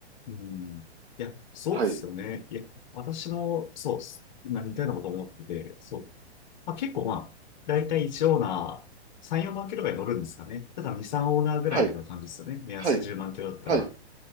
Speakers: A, on the left (about 45°); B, on the right (about 70°).
A: うん。いや、そうですよね。
B: はい、
A: いや、私も、そうっす。ま似たようなこと思ってて、そう。まあ、結構まあ、だいたい1オーナー、3、4万キロぐらい乗るんですかね。だから2、3オーナーぐらいみたいな感じですよね。
B: はい、
A: 目安10万キロだったら。
B: はい、はい、